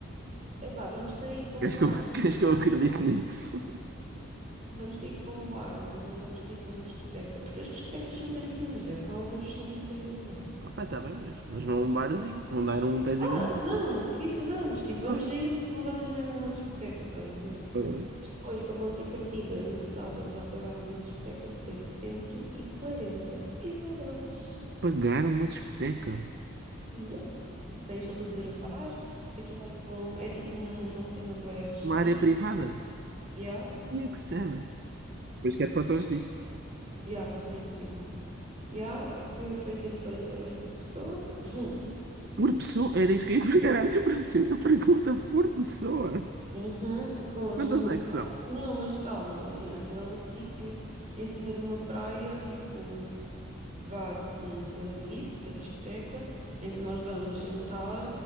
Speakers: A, on the right (about 35°); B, on the right (about 50°).
A: Epá, vamos sair para
B: Queres
A: um bar,
B: que eu, <laughs> queres que eu acredite nisso?
A: Vamos sair para um bar, mas não vamos sair para uma discoteca, porque as discotecas são caríssimas, é, são alguns cinquenta euros.
B: Ah, tá bem, mas, mas vão a um barzinho, vão dar um pezinho
A: Ah,
B: de dança.
A: não, isso vamos, tipo, vamos
B: Pois,
A: sair, mas não vamos mesmo a uma discoteca, estás a ver?
B: pois.
A: Mas depois, para contrapartida, no sábado já pagámos uma discoteca, foi 140 euros.
B: Pagaram uma discoteca,
A: Yep. Tens de reservar, aquilo é com, é tipo uma cena bué restrita,
B: uma área privada.
A: já, já
B: E a que cena? Pois quero fotos disso.
A: vai ser incrível. Já, yeah, que foi 140 euros por pessoa. <laughs>
B: Por pessoa, era isso que eu ia pegar a minha <laughs> próxima pergunta, por pessoa.
A: Uhum, com um
B: Quantas
A: jantar.
B: é que são?
A: Não, mas calma, imagina, aquilo é um sítio em cima de uma praia, tipo, vá uma zona VIP da discoteca, em que nós vamos jantar